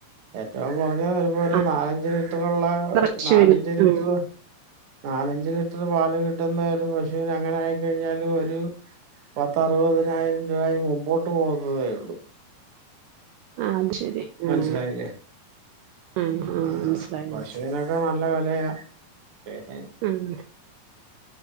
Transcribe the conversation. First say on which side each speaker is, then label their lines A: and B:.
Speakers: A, on the right; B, on the right.
A: എത്രന് അങ്ങനെ വരുമ്പോ ഒരു
B: ആ
A: നാലഞ്ച് ലിറ്ററുള്ള
B: പശുവിന്
A: നാലഞ്ച് ലിറ്റർ
B: ഉം
A: നാലഞ്ച് ലിറ്റർ പാല് കിട്ടുന്ന ഒരു പശുവിന് എങ്ങനെ ആയി കഴിഞ്ഞാലും ഒരു പത്ത് അറുപതിനായിരം രൂപയി മുമ്പോട്ട് പോകുന്നതേ ഉള്ളു
B: ആ അത് ശരി ഉം
A: മനസിലായില്ലേ
B: ഉം
A: ആ
B: ഉം മനസ്സിലായി മനസ്സിലായി
A: പശുവിനൊക്കെ നല്ല വിലയാ പിന്നെ
B: ഉം